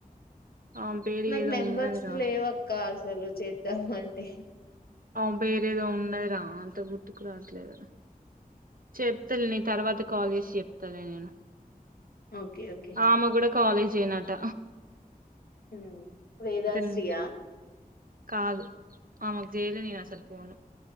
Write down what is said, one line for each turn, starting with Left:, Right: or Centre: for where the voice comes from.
Right: ఆమె పేరు
Left: నాకు
Right: ఏదో
Left: నెంబర్స్
Right: ఉన్నదిరా
Left: లేవక్క అసలు చేద్దామంటే
Right: ఆమ్ పేరేదో ఉన్నది రా అంత గుర్తుకు రావట్లేదు చెప్తాలే నీ తర్వాత కాల్ చేసి చెప్తాలే నేను
Left: ఓకే ఓకే
Right: ఆమె కూడా కాలేజే నట
Left: మ్మ్ వేదాశ్రీ
Right: నే-
Left: ఆ
Right: కాదు ఆమెకు చేయలే నేను అసలు ఫోను